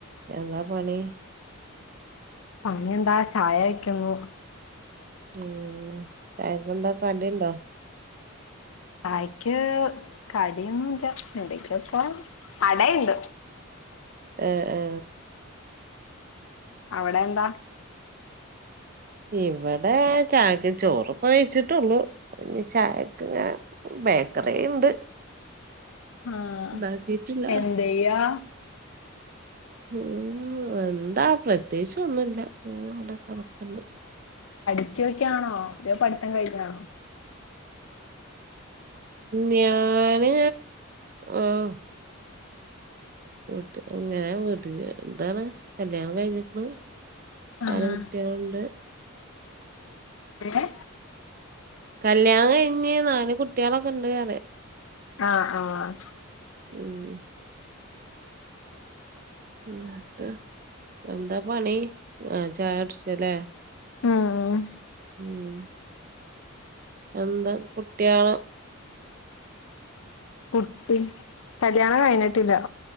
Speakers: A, on the right (about 40°); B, on the left (about 70°).
A: എന്താ പണി
B: പണിയെന്താ ചായ ഉണ്ടാക്കുന്നു
A: ഉം ചായക്ക് എന്താ കടി ഉണ്ടോ
B: ചായ്ക്ക് കടിയൊന്നുല്ല എന്തക്കെപ്പൊ അടയ്ണ്ട്
A: എ ഏ
B: അവിടെ എന്താ
A: ഇവിടെ ചാച് ചോറ്പ്പ കഴിച്ചിട്ടുള്ളു പി ചായക്ക് ഇങ്ങെ ബേക്കറി ഉണ്ട്
B: ആഹ്
A: ഉണ്ടാക്കിട്ടില്ല
B: എന്തെയ്യാ
A: ഉം എന്താ പ്രത്യേകിച്ച് ഒന്നുല്ല ഞ അവിടെ കിടക്ക്ണ്ട്
B: ഒക്ക ഒക്കൊണോ അതൊ പഠിത്തം കഴിഞ്ഞാണോ
A: ഞാന് ആഹ് വീട്ട് അങ്ങനെ വീട്ട് എന്താണ് കല്യാണം കഴിഞ്ഞിക്ണ്
B: ആഹ്
A: നാല് കുട്ടികളുണ്ട്
B: ഏ
A: കല്യാണം കഴിഞ്ഞ് നാല് കുട്ടികളൊക്കെ ഇണ്ട് പറിയ
B: ആഹ് ആഹ്
A: ഉം ന്നട്ട് എന്താ പണി ആ ചായുട്ച്ചല്ലേ
B: ഉം
A: ഉം എന്താ കുട്ടിയണോ
B: കുട്ടി കല്യാണം കഴിഞ്ഞിട്ടില്ല